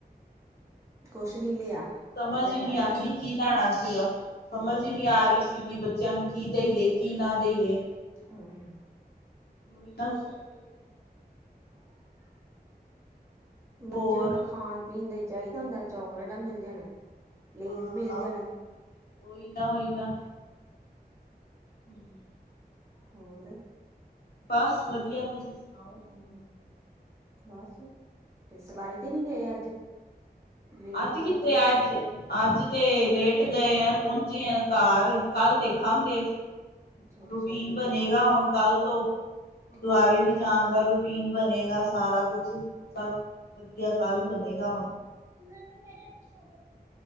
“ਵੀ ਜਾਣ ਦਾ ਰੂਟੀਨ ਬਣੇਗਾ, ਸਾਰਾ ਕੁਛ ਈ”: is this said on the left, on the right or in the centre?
Left